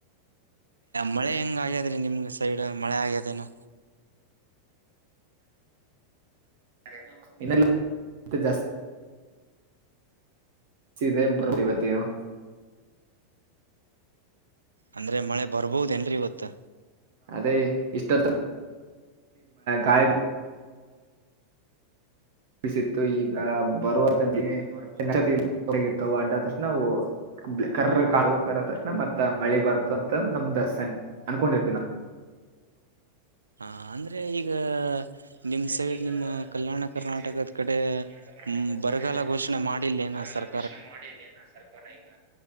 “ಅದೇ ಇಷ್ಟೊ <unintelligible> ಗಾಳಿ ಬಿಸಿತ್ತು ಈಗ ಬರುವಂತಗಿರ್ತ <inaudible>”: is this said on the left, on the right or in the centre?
Right